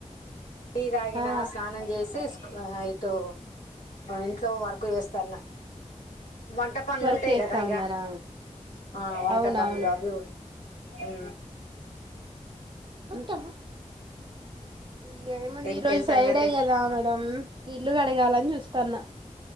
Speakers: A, on the left; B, on the right.
A: టీ తాగిన
B: ఆ
A: స్నానం చేసి స్ ఇటు ఇంట్లో వర్క్ చేస్తాన్న వంట పనులు
B: వర్క్
A: ఉంటాయి
B: చేస్తా
A: కదా ఇగ
B: ఉన్నారా
A: ఆ వంట
B: అవునవును
A: పనులు అవి ఉ ఊ
B: ఉత్తమ ఇగ ఏముంది
A: ఇంకేం
B: ఈ రోజు ఫ్రైడే
A: సంగతి
B: కదా మేడమ్ ఇల్లు కడగాలని చూస్తాన్న